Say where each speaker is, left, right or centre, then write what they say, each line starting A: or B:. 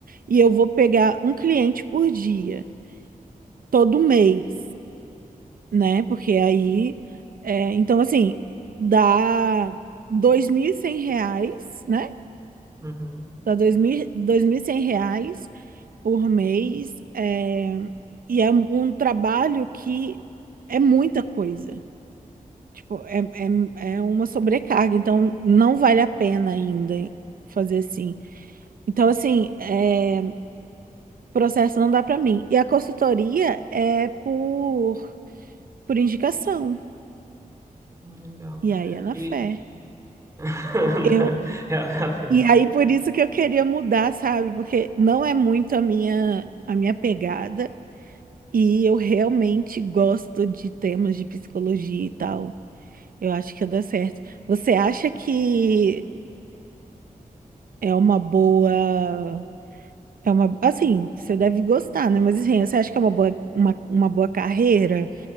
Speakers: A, on the right; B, on the right.
A: e eu vou pegar um cliente por dia, todo mês né? Porque aí, é, então assim, dá 2.100 reais, né?
B: Uhum.
A: Dá dois mil e cem reais por mês, é, e é um trabalho que é muita coisa. Tipo, é, é, é uma sobrecarga, então não vale a pena ainda fazer assim. Então, assim, é, processo não dá pra mim. E a consultoria é por, por indicação.
B: Hum, Legal.
A: E aí é na
B: E
A: fé.
B: <laughs>
A: Eu,
B: é a fé.
A: E aí por isso que eu queria mudar, sabe? Porque não é muito a minha a minha pegada e eu realmente gosto de temas de psicologia e tal. Eu acho que ia dar certo. Você acha que é uma boa é uma assim, você deve gostar, né? Mas assim, você acha que é uma boa uma, uma boa carreira